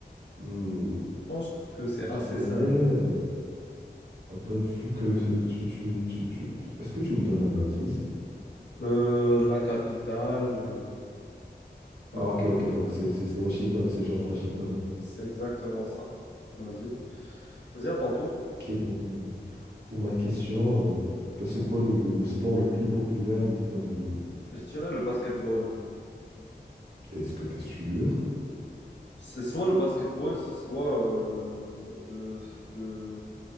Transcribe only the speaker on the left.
Je pense que c'est
assez
simple.
Euh, la capitale, euh,
euh,
c'est exactement ça. Vas-y. Vas-y, à ton tour.
Je dirais le basketball.
C'est soit le basketball, c'est soit euh, le, le-